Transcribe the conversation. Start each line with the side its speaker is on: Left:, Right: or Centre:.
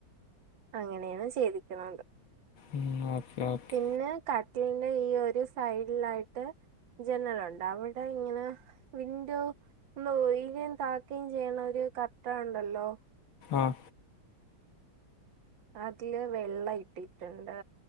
Right: അങ്ങനെയാണ് ചെയ്തിക്കിനൊണ്ട്
Left: ഉം ഓക്കെ ഓക്കെ
Right: പിന്നെ കട്ട്ലിന്റെ ഈ ഒരു സൈഡിലായിട്ട് ജനലുണ്ട് അവിടെ ഇങ്ങനെ വിൻഡോ ഒന്ന് ഒയ്രേം താക്കേ ചെയ്യണ ഒരു കർട്ടൻണ്ടല്ലോ?
Left: ആഹ്‌.
Right: അതില് വെള്ളം ഇട്ടിട്ടുണ്ട്